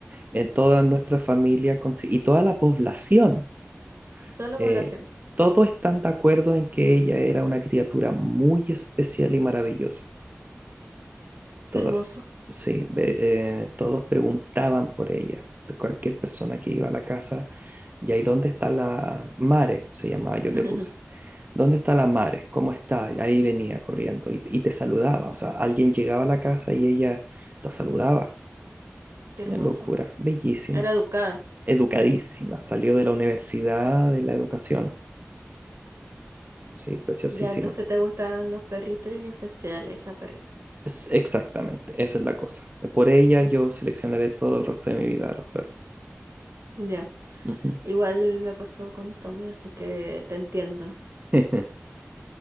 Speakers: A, on the right; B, on the right.
A: eh, toda nuestra familia consi- y toda la población.
B: toda la
A: eh,
B: población.
A: todos están de acuerdo en que ella era una criatura muy especial y maravillosa. Todas,
B: Qué hermoso.
A: sí, ve- eh, todos preguntaban por ella. De Cualquier persona que iba a la casa, y ahí dónde está la Mare, se llamaba, yo le
B: <laughs>
A: puse. ¿Dónde está la Mares? ¿Cómo está? Y Ahí venía corriendo y, y te saludaba. O sea, alguien llegaba a la casa y ella lo saludaba.
B: Qué hermoso.
A: Una locura, bellísima,
B: Era educada.
A: educadísima. Salió de la universidad de la educación. Sí, preciosísima.
B: Ya, entonces te gustaban los perritos y en especial esa perrita.
A: Es- exactamente, esa es la cosa. Por ella yo seleccionaré todo el resto de mi vida a los perros.
B: Ya.
A: Ujú.
B: Igual me pasó con Tommy, así que te entiendo.
A: <laughs>